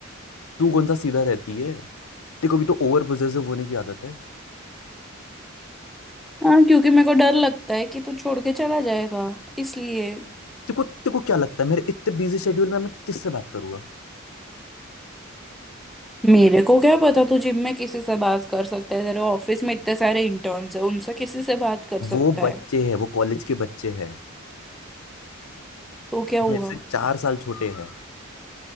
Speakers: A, on the left; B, in the centre.
A: तू कौन सा सीधा रहती है तेरे को भी तो ओवर पोजेसिव होने की आदत है
B: हाँ क्योंकि मेरे को डर लगता है कि तू छोड़ के चला जाएगा इसलिए
A: तेरे को तेरे को क्या लगता है मेरे इतने बिजी शेड्यूल में मैं किससे बात करूंगा
B: मेरे को क्या पता तू जिम में किसी से बात कर सकता है तेरे ऑफिस में इतने सारे इंटर्न्स है उनसे किसी से बात कर सकता
A: वो
B: है
A: बच्चे हैं वो कॉलेज के बच्चे हैं
B: तो क्या हुआ
A: मेरे से चार साल छोटे हैं